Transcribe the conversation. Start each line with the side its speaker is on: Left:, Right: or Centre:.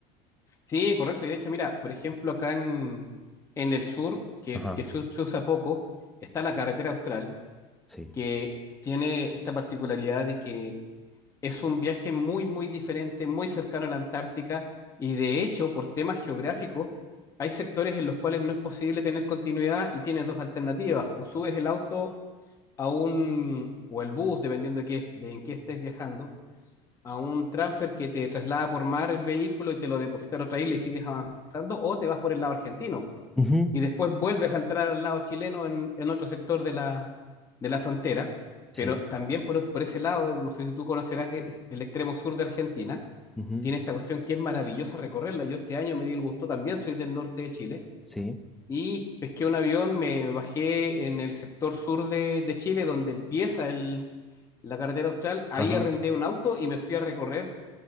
Left: Sí, correcto. Y de hecho, mira, por ejemplo, acá en, en el sur, que,
Centre: Ajá.
Left: que se, se usa poco, está la carretera austral,
Centre: sí,
Left: que tiene esta particularidad de que Es un viaje muy, muy diferente, muy cercano a la Antártica y de hecho, por temas geográficos, hay sectores en los cuales no es posible tener continuidad y tienes dos alternativas, o subes el auto a un, o el bus, dependiendo de, qué- de en qué estés viajando, a un transfer que te traslada por mar el vehículo y te lo deposita en otra isla y sigues avanzando, o te vas por el lado argentino
Centre: Ujú.
Left: y después vuelves a entrar al lado chileno en, en otro sector de la, de la frontera,
Centre: sí,
Left: pero también por, por ese lado, no sé si tú conocerás e- es- el extremo sur de Argentina,
Centre: ujú,
Left: tiene esta cuestión que es maravillosa recorrerla. Yo este año me di el gusto, también soy del norte de Chile,
Centre: sí,
Left: y pesqué un avión, me bajé en el sector sur de, de Chile, donde empieza el, la carretera austral, ahí
Centre: ajá.
Left: arrendé un auto y me fui a recorrer